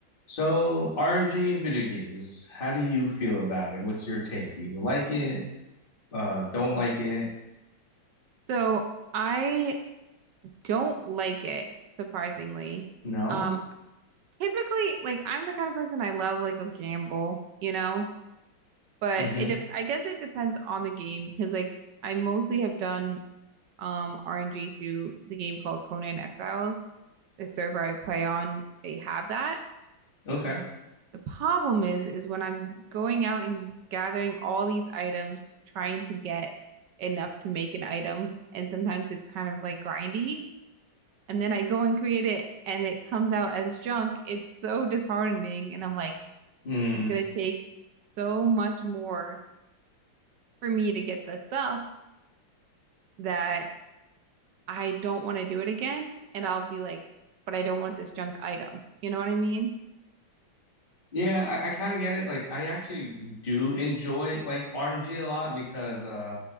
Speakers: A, on the left; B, on the right.
A: So RNG in video games, how do you feel about it? What's your take? Do you like it? Uh, don't like it?
B: So I don't like it, surprisingly.
A: No?
B: Um, typically, like I'm the kind of person I love like a gamble, you know, but
A: Mm-hmm.
B: it de- I guess it depends on the game because like I mostly have done um RNG through the game called Conan Exiles. The server I play on, they have that.
A: Okay.
B: The problem is, is when I'm going out and gathering all these items, trying to get enough to make an item, and sometimes it's kind of like grindy. and then I go and create it and it comes out as junk, it's so disheartening. And I'm like,
A: Mm.
B: it's gonna take so much more for me to get the stuff that I don't want to do it again. And I'll be like, but I don't want this junk item. You know what I mean?
A: Yeah, I, I kind of get it. Like, I actually do enjoy like RNG a lot because uh,